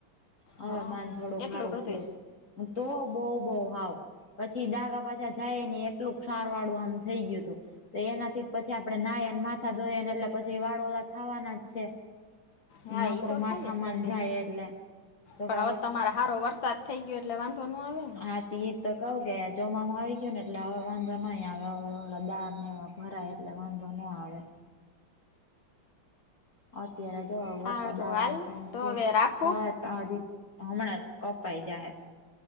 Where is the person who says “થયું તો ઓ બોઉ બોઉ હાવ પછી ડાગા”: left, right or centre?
Left